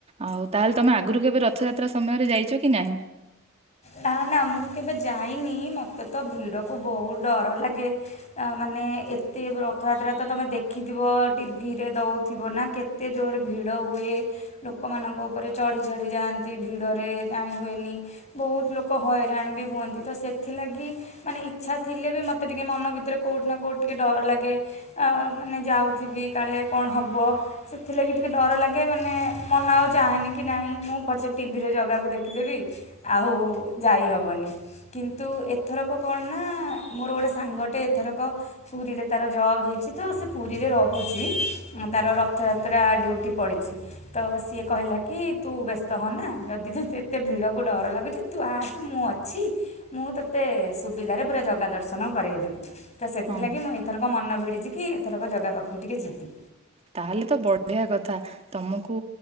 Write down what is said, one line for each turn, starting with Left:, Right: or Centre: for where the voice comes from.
Right: ଆଉ ତାହେଲେ ତମେ ଆଗରୁ କେବେ ରଥଯାତ୍ରା ସମୟରେ ଯାଇ କିଛ କି ନାହିଁ?
Left: ନା ନା ମୁଁ କେବେ ଯାଇନି, ମତେ ତ ଭିଡକୁ ବହୁତ ଡର ଲାଗେ ତା ମାନେ ଏ ତେ ରଥଯାତ୍ରା ତ ତମେ ଦେଖିଥିବ। ଟିଭିରେ ଦୋଉଥିବ ନା କେତେ ଜୋରରେ ଭିଡ଼ ହୁଏ। ଲୋକମାନଙ୍କ ଉପରେ ଚଢ଼ି ଚଢି ଯାଆନ୍ତି ଭିଡରେ ଜାଣି ହୁଏନି। ବହୁତ ଲୋକ ହଇରାଣ ବି ହୁଅନ୍ତି ତ ସେଥିଲାଗି ମାନେ ଇଚ୍ଛା ଥିଲେ ବି ମୋତେ ଟିକେ ମନ ଭିତରେ କୌ ଉଠି ନା କୋଉଠି ଟିକେ ଡର ଲାଗେ। ଆଁ ମାନେ ଯାଉଥିବି କାଳେ କଣ ହବ ସେଥିଲାଗି ଟିକେ ଡର ଲାଗେ ମାନେ ମନ ଆଉ ଚାହେଁନି କି ନାହିଁ ମୁଁ ପଛେ ଟିଭିରେ ଜାଗାକୁ ଦେଖିଦେବି ଆଉ ଯାଇହବନି। କିନ୍ତୁ ଏଥରକ କଣ
Right: ହ
Left: ନା
Right: <inaudible>
Left: ମୋର ଗୋଟେ ସାଙ୍ଗଟେ ଏଥରକ ପୁରୀରେ ତାର ଜବ ହେଇଚି ତ ସେ ପୁରୀରେ ରୋହୁଚି। ତାର ରଥଯାତ୍ରା ଡ୍ୟୁଟି ପଡ଼ିଚିତ ସିଏ କହିଲା କି ତୁ ବ୍ୟସ୍ତହୋନା ଯଦି ଏତେ ଭିଡ଼କୁ ଡର ଲାଗୁଚି। ତୁ ଆସେ ମୁଁ ଅଛି। ମୁଁ ତୋତେ ସୁବିଧାରେ ପୁରା ଜଗା ଦର୍ଶନ କରଇଦେବି। ତ ସେଥିଲାଗି
Right: ହଁ।
Left: ମୁଁ ଏଥରକ ମନ ଭିଡ଼ିଚି କି ଏଥରକ ଜଗା ପାଖକୁ ଟିକେ ଯିବି।
Right: ତାହେଲେ ତ ବଢିଆ କଥା ତମକୁ